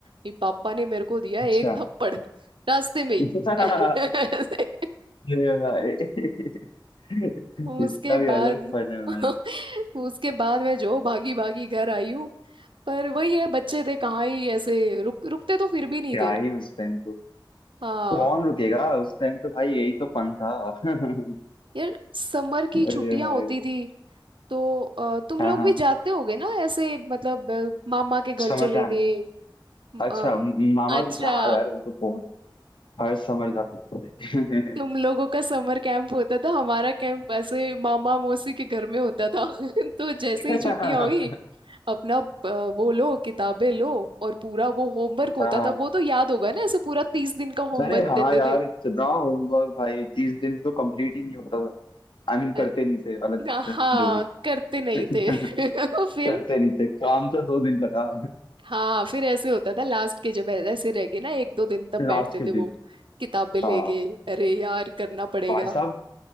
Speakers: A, on the right; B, on the left.
A: ये पापा ने मेरे को दिया
B: अच्छा
A: एक थप्पड़ रास्ते में ही
B: <laughs>
A: <laughs> ऐसे।
B: ये भाई <laughs>
A: उसके
B: इसका
A: बाद
B: भी अलग फन है
A: <laughs>
B: भाई
A: उसके बाद मैं जो भागी भागी घर आई हूँ पर वही है बच्चे थे कहाँ ही ऐसे रुक रुकते तो फिर भी नहीं
B: क्या
A: थे
B: ही उस टाइम तो
A: हाँ
B: तो कौन रुकेगा उस टाइम तो भाई यही तो फन था <laughs>
A: यार समर की
B: अरे
A: छुट्टियां
B: भाई
A: होती थी तो अ, तुम
B: हाँ
A: लोग
B: हाँ
A: भी जाते होगे ना ऐसे मतलब अ, मामा के घर
B: Summer
A: चले
B: camp
A: गए म,
B: अच्छा
A: अ, न-
B: म- मामा
A: अच्छा
B: भी हाँ यार वो तो बहुत हर समर जा सकते हैं
A: तुम लोगों का समर कैंप होता था हमारा कैंप ऐसे मामा मौसी के घर में होता था <laughs> तो जैसे
B: <laughs>
A: ही छुट्टियां हुई अपना अ, वो लो किताबें लो और पूरा वो होमवर्क होता
B: हाँ हाँ
A: था वो तो याद होगा ना ऐसे पूरा तीस दिन का होमवर्क
B: अरे हाँ
A: देते
B: यार
A: थे
B: इतना होमवर्क भाई तीस दिन तो कंप्लीट ही नहीं होता आई मीन
A: अरे,
B: करते नहीं थे अलग बात
A: हाँ
B: है जो भी
A: करते नहीं
B: <laughs>
A: थे <laughs> फिर
B: करते नहीं थे काम तो दो दिन का था
A: हाँ फिर ऐसे होता था लास्ट के जब ऐ- ऐसे रह गए ना एक दो दिन तब
B: लास्ट
A: बैठते
B: के
A: थे
B: दिन
A: वो किताबें लेके
B: हाँ
A: अरे यार करना पड़ेगा
B: भाई साहब